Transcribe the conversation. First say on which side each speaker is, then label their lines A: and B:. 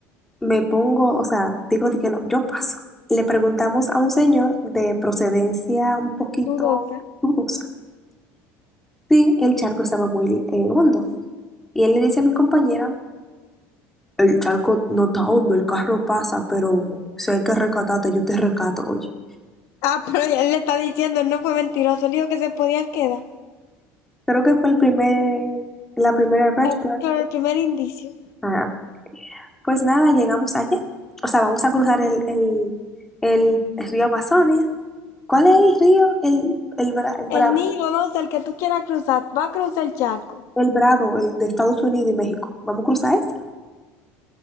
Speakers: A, in the centre; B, on the left.
A: me pongo, o sea, digo de que no, yo paso. Le preguntamos a un señor de procedencia un poquito
B: dudosa.
A: dudosa si el charco estaba muy eh, hondo. Y él le dice a mi compañera El charco no está hondo, el carro pasa, pero si hay que rescatarte, yo te rescato, oye.
B: Ah, pero él le está diciendo, él no fue mentiroso, él dijo que se podían quedar.
A: Creo que fue el primer, la primera red
B: Está
A: flag.
B: claro, el primer indicio.
A: Ajá. Pues nada, llegamos allá. O sea, vamos a cruzar el, el, el río Amazonas. ¿Cuál es el río? El, el, Bra- el Bravo.
B: El niño, no sé, el que tú quieras cruzar, va a cruzar el charco.
A: El Bravo, el de Estados Unidos y México. Vamos a cruzar ese.